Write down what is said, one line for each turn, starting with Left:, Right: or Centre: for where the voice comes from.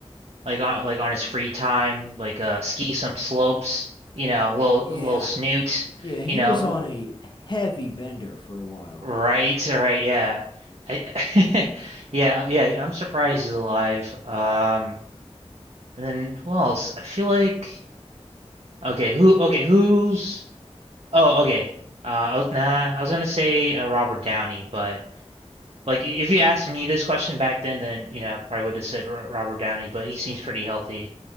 Right: like on like on his free time like uh ski some slopes, you know, little
Left: Yeah.
Right: little snoot,
Left: Yeah, he
Right: you know,
Left: was on a heavy bender for a while.
Right: Right, right, yeah. I, <laughs> yeah, yeah, I'm surprised he's alive. Um, and then who else? I feel like okay, who okay, who's oh, okay. Uh, I was, nah, I was gonna say uh, Robert Downey, but like if you asked me this question back then, then you know, I probably would have said R Robert Downey, but he seems pretty healthy.